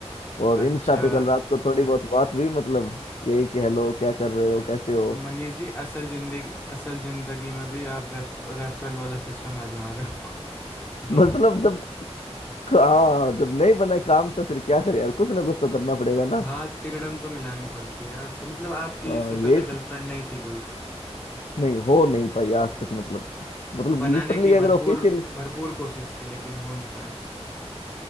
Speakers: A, on the left; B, on the left.
A: और
B: अच्छा
A: इंस्टा पे कल रात को थोड़ी बहुत बात हुई मतलब यही कि हेलो क्या कर रहे हो कैसे हो
B: तो मनीष जी असल जिंदगी असल जिंदगी में भी आप रेफ, रेफरल वाला सिस्टम आजमा रहे हो <laughs> दो
A: मतलब जब हाँ जब नहीं बने काम तो फिर क्या करे यार कुछ ना कुछ तो करना पड़ेगा ना
B: हाथ तिकड़म तो मिलानी पड़ती है यार तो मतलब आपकी
A: हाँ
B: इससे पहले
A: ये हाँ
B: गर्लफ्रेंड नहीं थी कोई
A: नहीं हो नहीं पाई आज तक मतलब मतलब
B: तो बनाने
A: लिटरली
B: की
A: अगर
B: भरपूर
A: ऑफिशियली
B: भरपूर कोशिश थी लेकिन हो नहीं पाया